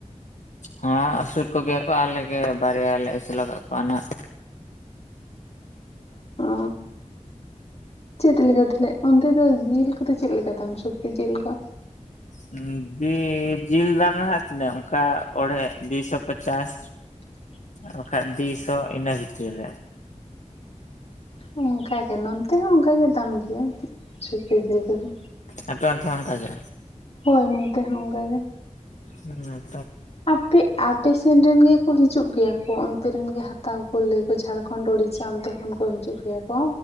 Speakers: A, on the left (about 70°); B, on the left (about 55°).
A: ᱦᱚᱸ ᱟᱹᱥᱩᱞ ᱠᱚᱜᱮᱭᱟ ᱠᱚ ᱟᱞᱮᱜᱮ ᱵᱟᱨᱭᱟ ᱞᱮ ᱟᱹᱥᱩᱞ ᱟᱠᱟᱫ ᱠᱚᱣᱟ ᱱᱟᱸᱜ
B: ᱚ ᱪᱮᱫ ᱞᱮᱠᱟ ᱛᱟᱦᱟᱞᱮ ᱚᱱᱛᱮ ᱫᱚ ᱡᱤᱞ ᱠᱚᱫᱚ ᱪᱮᱫ ᱞᱮᱠᱟ ᱫᱟᱢ ᱥᱩᱠᱨᱤ ᱡᱤᱞ ᱠᱚ
A: <unintelligible> ᱡᱤᱞ ᱫᱟᱢ ᱫᱚ ᱦᱟᱸᱜ ᱛᱤᱱᱟᱹᱜ ᱚᱱᱠᱟ ᱚᱲᱦᱮᱸ ᱫᱩᱥᱚ ᱯᱚᱪᱟᱥ
B: <inaudible>
A: ᱵᱟᱠᱷᱟᱡ ᱫᱩᱥᱚ ᱤᱱᱟᱹ ᱵᱷᱤᱛᱤᱨ ᱨᱮ
B: ᱚᱱᱠᱟᱜᱮ ᱱᱚᱱᱛᱮ ᱦᱚᱸ ᱚᱱᱠᱟᱜᱮ ᱫᱟᱢ ᱜᱮᱭᱟ ᱥᱩᱠᱨᱤ ᱡᱤᱞ ᱠᱚᱫᱚ
A: ᱟᱯᱮ ᱚᱱᱛᱮ ᱦᱚᱸ ᱚᱱᱠᱟ ᱜᱮ?
B: ᱦᱳᱭ ᱱᱚᱱᱛᱮ ᱦᱚᱸ ᱚᱱᱠᱟ ᱜᱮ᱾
A: ᱦᱩᱸ
B: ᱟᱯᱮ <unintelligible> ᱟᱯᱮᱥᱮᱱ ᱨᱮᱱ ᱜᱮᱠᱚ ᱦᱤᱡᱩᱜ ᱜᱮᱭᱟ ᱠᱚ ᱚᱱᱛᱮ ᱨᱮᱱ ᱜᱮ ᱦᱟᱛᱟᱣ ᱠᱚ ᱞᱟᱹᱭᱟᱠᱚ ᱡᱷᱟᱲᱠᱷᱚᱸᱰ ᱳᱲᱤᱥᱟ ᱚᱱᱛᱮ ᱠᱷᱚᱱ ᱠᱚ ᱦᱤᱡᱩᱜ ᱜᱮᱭᱟ ᱠᱚ